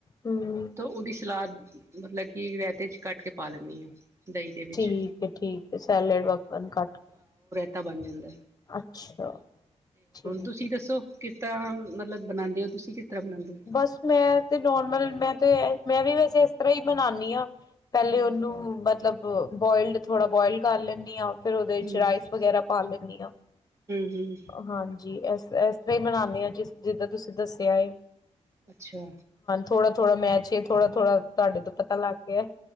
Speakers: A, on the left (about 35°); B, on the right (about 25°).
A: ਹਮ
B: ਤਾਂ ਉਹਦੀ ਸਲਾਦ ਮਤਲਬ ਕੀ ਰੈਤੇ ਚ ਕੱਟ ਕੇ ਪਾ ਲੈਂਦੀ ਆਂ ਦਈਂ ਦੇ ਵਿੱਚ।
A: ਠੀਕ ਹੈ ਠੀਕ ਹੈ, ਸੈਲੇਡ ਵਕਨ ਕੱਟ ਕੇ
B: ਤਾ ਬਾਣ ਜਾਂਦੈ।
A: ਅੱਛਾ, ਠੀਕ
B: ਤੁਸੀਂ
A: ਏ।
B: ਦੱਸੋ ਕਿਸ ਤਰ੍ਹਾਂ ਮਤਲਬ ਬਣਾਂਦੇ ਔ? ਤੁਸੀਂ ਕਿਸ ਤਰ੍ਹਾਂ ਬਣਾਉਂਦੇ ਹੋ?
A: ਬਸ ਮੈਂ ਤੇ ਨੋਰਮਲ ਮੈਂ ਤੇ ਮੈਂ ਵੀ ਵੈਸੇ ਐਸ ਤਰ੍ਹਾਂ ਈ ਬਣਾਣੀ ਆਂ। ਪੈਲੇ
B: ਹੂੰ
A: ਔਨੂੰ ਮਤਲਬ ਬੋਇਲਡ ਥੋੜਾ ਬੋਇਲ ਕਰ ਲੈਂਣੀ ਆਂ। ਫੇਰ ਓਦੇ
B: ਹੂੰ
A: ਚ ਰਾਈਸ ਵਗੈਰਾ ਪਾ ਲੈਂਣੀ ਆਂ,
B: ਹੂੰ
A: ਹਾਂਜੀ। ਫੇਰ ਐਸ ਤਰ੍ਹਾਂ ਈ ਮਨਾਂਦੀ ਆਂ ਜਿਸ ਜਿੱਦਾਂ ਤੁਸੀਂ ਦੱਸਆ ਏ।
B: ਅੱਛਾ।
A: ਥੋੜਾ ਥੋੜਾ ਮੈਚ ਏ, ਥੋੜਾ ਥੋੜਾ ਤੁਹਾਡੇ ਤੋਂ ਪਤਾ ਲੱਗ ਗਿਆ